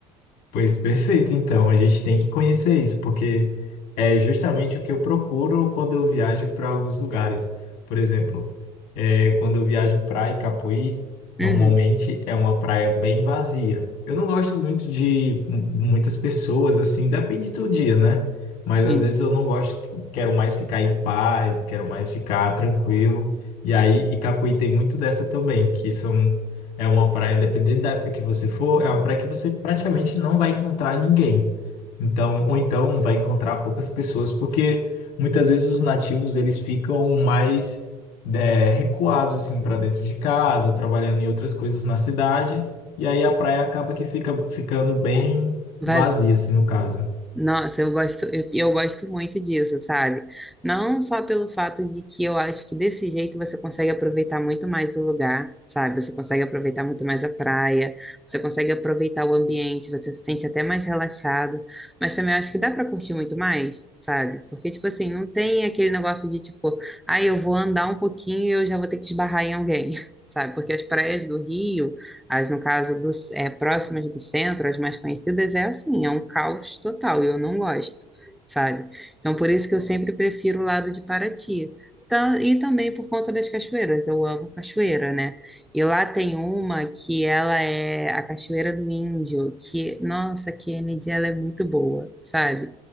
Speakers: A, on the left; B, in the centre.
A: Pois perfeito, então a gente tem que conhecer isso, porque é justamente o que eu procuro quando eu viajo para alguns lugares. Por exemplo, é, quando eu viajo para Icapuí, normalmente
B: Uhum,
A: é uma praia bem vazia. Eu não gosto muito de mu- muitas pessoas, assim, depende do dia, né? Mas
B: sim.
A: às vezes eu não gosto, quero mais ficar em paz, quero mais ficar tranquilo. E aí, Icapuí tem muito dessa também, que são é uma praia, dependendo da época que você for, é uma praia que você praticamente não vai encontrar ninguém. Então, ou então vai encontrar poucas pessoas, porque muitas vezes os nativos eles ficam mais né, recuados assim para dentro de casa, ou trabalhando em outras coisas na cidade, e aí a praia acaba que fica ficando bem
B: Vaz-
A: vazia, assim, no caso.
B: Nossa, eu gosto, eu, eu gosto muito disso, sabe? Não só pelo fato de que eu acho que desse jeito você consegue aproveitar muito mais o lugar, sabe? Você consegue aproveitar muito mais a praia, você consegue aproveitar o ambiente, você se sente até mais relaxado, mas também eu acho que dá pra curtir muito mais, sabe? Porque, tipo assim, não tem aquele negócio de tipo, ah, eu vou andar um pouquinho e eu já vou ter que esbarrar em alguém, <laughs> sabe? Porque as praias do Rio. As, no caso, do, é, próximas do centro, as mais conhecidas, é assim, é um caos total, e eu não gosto, sabe? Então, por isso que eu sempre prefiro o lado de Paraty. Tam- E também por conta das cachoeiras, eu amo cachoeira, né? E lá tem uma que ela é a Cachoeira do Índio, que, nossa, que energia ela é muito boa, sabe?